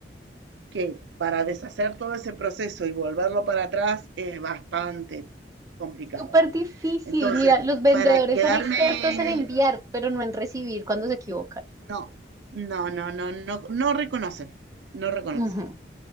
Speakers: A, on the right; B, on the right.
A: que para deshacer todo ese proceso y volverlo para atrás es bastante complicado.
B: súper difícil.
A: Entonces,
B: Mira, los vendedores
A: para quedarme
B: son expertos en enviar, pero no en recibir cuando se equivocan.
A: No, no, no, no, no, no reconocen, no reconocen.
B: Ujú.